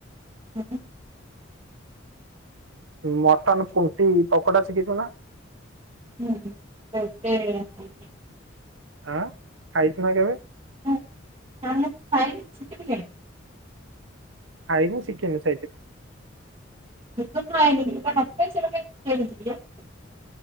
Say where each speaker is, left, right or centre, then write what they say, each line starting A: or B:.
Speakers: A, on the right; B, on the right.
A: ହଁ।
B: ମଟନ ପୁଣ୍ଟି ପକୋଡା ଶିଖିଛୁ ନା?
A: <unintelligible>
B: ଆଁ ଖାଇସୁମା କେବେ?
A: <inaudible>
B: <unintelligible>
A: <unintelligible> ଯୋଉଟା ନଥାଏ ସେଇଟା କାହିଁ <unintelligible>